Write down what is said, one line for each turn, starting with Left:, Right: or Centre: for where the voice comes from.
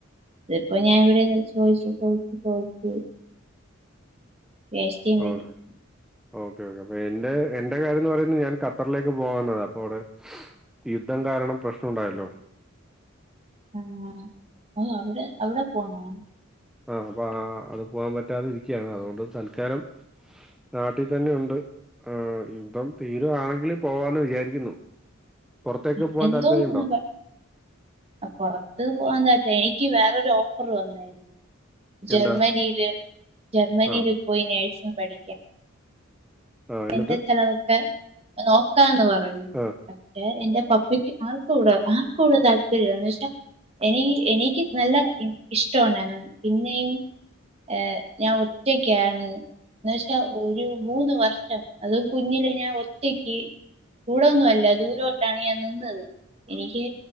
Right: ഇതിപ്പോ ഞാൻ ഇവിടെന്ന് ചോദിച്ചപ്പോ <unintelligible> <unintelligible>
Centre: ആഹ് ഓക്കെ ഓക്കേ അപ്പൊ എന്റെ എന്റെ കാര്യം എന്ന് പറയുന്നത് ഞാൻ ഖത്തറിലേക്ക് പോകുന്നത് അപ്പൊ അവിടെ യുദ്ധം കാരണം പ്രശ്നം ഉണ്ടായല്ലോ
Right: ആ ഓ അവിടെ അവിടെ പോണോ
Centre: ആ അപ്പൊ അത് പോകാൻ പറ്റാതെ ഇരിക്കുകയാണ് അതുകൊണ്ട് തൽക്കാലം നാട്ടിൽ തന്നെ ഉണ്ട് ആ യുദ്ധം തീരുവാണെങ്കിൽ പോവാന്ന് വിചാരിക്കുന്നു പുറത്തേക്ക്
Right: ഉം,
Centre: പോവാൻ
Right: എന്തോ
Centre: താല്പര്യം
Right: നിങ്ങൾ
Centre: ഉണ്ടോ
Right: പ- പുറത്ത് പോവാൻ എന്താച്ച എനിക്ക് വേറൊരു ഓഫർ വന്ന് ജർമ്മനിയില്
Centre: എന്താ
Right: ജർമ്മനിയില്
Centre: ആഹ്
Right: പോയി നേഴ്സിംഗ് പഠിക്കാൻ
Centre: ആ എന്നിട്ട്
Right: എന്റെ ചെലവൊക്കെ നോക്കാന്ന് പറഞ്ഞു
Centre: ആ
Right: പക്ഷെ എന്റെ പപ്പയ്ക്ക് ആർക്കും ഇവിടെ ആർക്കും ഇവിടെ താല്പര്യന്ന് വെച്ചാ എനിക്ക് എനിക്ക് നല്ല ഇഷ്ടം ഉണ്ടായിരുന്നു പിന്നെയും ഏ ഞാൻ ഒറ്റക്കാണ് എന്ന് വെച്ചാ ഒരു മൂന്ന് വർഷം അത് കുഞ്ഞിലെ ഞാൻ ഒറ്റയ്ക്ക് കൂടെന്നുമല്ല ദൂരോട്ടാണ് ഞാൻ നിന്നത് എനിക്ക്